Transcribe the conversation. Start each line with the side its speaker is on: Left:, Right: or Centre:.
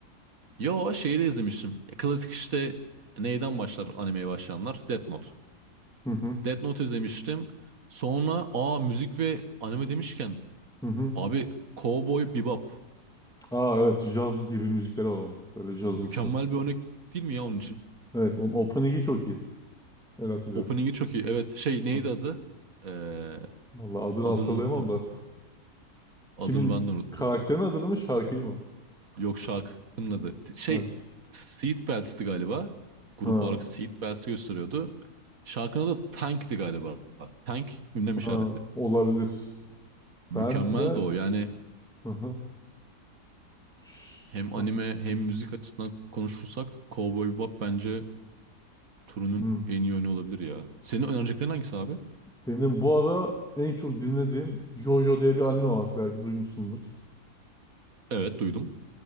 Right: Yo şeyi de izlemiştim. Ya Klasik işte neyden başlar animeye başlayanlar? Death Note.
Centre: Hı hı.
Right: Death Note izlemiştim. Sonra aa müzik ve anime demişken
Centre: Hı hı.
Right: abi Cowboy Bebop.
Centre: Aa evet. Jazz gibi müzikler alalım. Böyle jazımsı.
Right: Mükemmel bir örnek değil mi ya onun için?
Centre: Evet, onun opening'i çok iyi. Öyle hatırlıyorum.
Right: Opening'i çok iyi. Evet şey neydi
Centre: Hı.
Right: adı? Ee,
Centre: Vallahi adını
Right: adını
Centre: hatırlayamam
Right: unuttum.
Centre: da. <laughs>
Right: Adını
Centre: Kimin
Right: ben de unuttum.
Centre: karakterin adını mı şarkıyı mı?
Right: Yok şarkının adı. Şey
Centre: Ha, ş-
Right: Seatbelts'ti galiba. Grup
Centre: ha,
Right: olarak Seatbelts'i gösteriyordu. Şarkının adı Tank'ti galiba. Tank ünlem
Centre: ha,
Right: işareti.
Centre: olabilir.
Right: Mükemmeldi
Centre: Ben de
Right: o. Yani
Centre: Hı hı. Ş-
Right: hem anime
Centre: ha,
Right: hem müzik açısından konuşursak Cowboy Bebop bence turunun
Centre: hı.
Right: en iyi oyunu olabilir ya. Senin önereceklerin hangisi abi?
Centre: Benim bu ara en çok dinlediğim JoJo diye bir anime var. Belki duymuşsundur.
Right: Evet duydum.